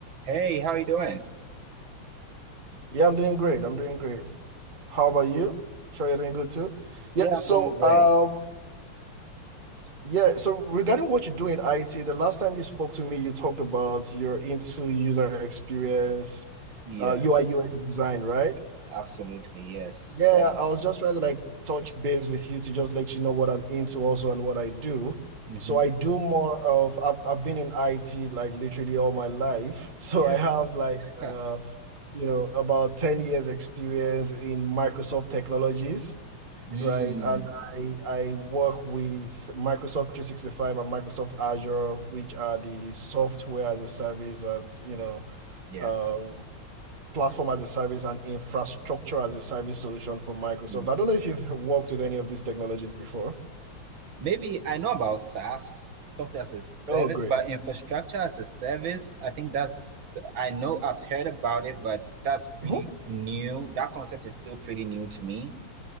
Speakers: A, on the right; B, on the right.
A: Hey, how you doing?
B: Yeah, I'm doing great. I'm doing great. How about you? Sure, you're doing good too. Yeah,
A: Yeah,
B: so
A: I'm doing great.
B: um yeah, so regarding what you do in IT, the last time you spoke to me, you talked about you're into user experience,
A: Yes,
B: uh UI UX design, right?
A: absolutely. Yes.
B: Yeah,
A: Uh,
B: I was just trying to like touch base with you to just let you know what I'm into also and what I do.
A: Mm-hmm.
B: So I do more of I've I've been in IT like literally all my life. <laughs> So
A: yeah.
B: I
A: <laughs>
B: have like uh
A: Huh.
B: you know about 10 years experience in Microsoft technologies,
A: Mm,
B: right? And I I work with Microsoft 365 and Microsoft Azure, which are the software as a service and you know
A: Yeah.
B: um platform as a service and infrastructure as a service solution for Microsoft.
A: Mm.
B: I don't know if you've worked with any of these technologies before.
A: Maybe I know about SaaS, software as a service,
B: Oh, great.
A: but infrastructure as a service, I think that's, I know I've heard about it, but that's pretty
B: Mhm.
A: new. That concept is still pretty new to me.